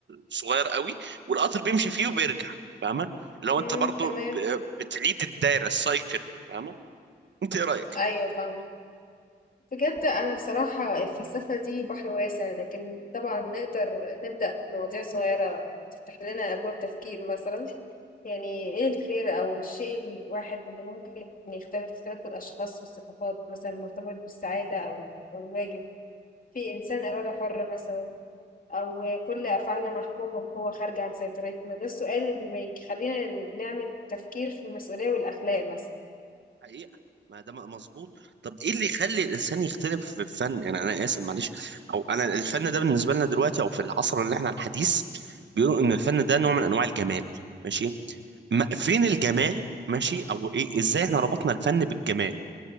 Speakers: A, on the right; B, on the left.
A: صغير قوي والقطر بيمشي فيه وبيرجع فاهمه لو
B: مم.
A: انت برضو
B: تمام
A: ب- بتعيد الدايره السايكل فاهمه انت ايه رايك
B: ايوه فاهمة بجد أنا بصراحة الفلسفة دي بحر واسع لكن طبعا نقدر نبدأ بمواضيع صغيرة تفتح لنا أبواب تفكير مثلا يعني إيه الخير أو الشيء الواحد اللي ممكن يختلف اختلاف الأشخاص والثقافات مثلا مرتبط بالسعادة أو أو الواجب في إنسان إرادة حرة مثلا أو كل أفعالنا محكومة بقوة خارجة عن سيطرتنا ده السؤال اللي ما يخلينا نعمل تفكير في المسؤولية والأخلاق مثلا
A: حقيقة ما ده م- مظبوط طب ايه اللي يخلي الانسان يختلف في الفن يعني انا اسف معلش او انا الفن ده بالنسبه لنا دلوقتي او في العصر اللي احنا الحديث بيقولوا ان الفن ده نوع من انواع الجمال ماشي ما فين الجمال ماشي او ايه ازاي احنا ربطنا الفن بالجمال